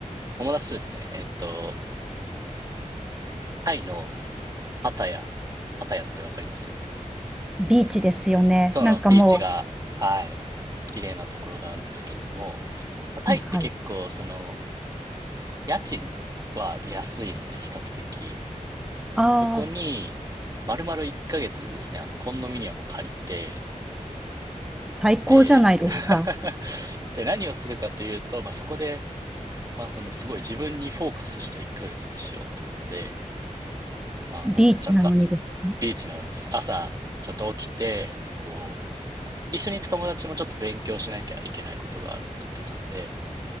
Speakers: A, on the right; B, in the centre.
A: 友達とですね、えーっと、タイのパタヤ、パタヤってわかります
B: ビーチですよね。
A: そうなのビーチが、
B: なんかも
A: はい、綺麗なところがあるんですけれども、まあタイって結構その
B: う、はいはい。
A: 家賃は安いので比較的、
B: ああ、
A: そこに丸々1ヶ月ですね、あのコンドミニアムを借りて、
B: 最高じゃないですか。
A: で、<laughs> で、何をするかというと、まあ、そこでまあ、そのすごい自分にフォーカスした1ヶ月にしようってことで、まあ、
B: ビーチなのにですね。
A: またちゃんとビーチなのにです朝ちゃんと起きて、こう、まあ一緒に行く友達もちょっと勉強しなきゃいけないことがあるって言ってたので、